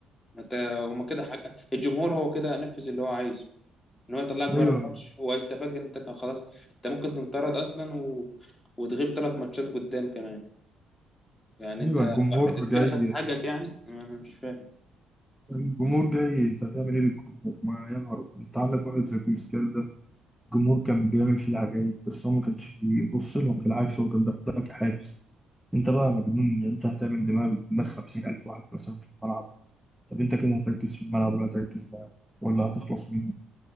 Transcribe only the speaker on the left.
ما انت هما كده حاجة الجمهور هو كده نفذ اللي هو عايزه ان هو يطلعك بره
الماتش هو هيستفاد ان انت كان خلاص انت ممكن تنطرد اصلا و... وتغيب ثلاث ماتشات قدام كمان يعني
انت
حته
كده خدت حاجك يعني انا مش فاهم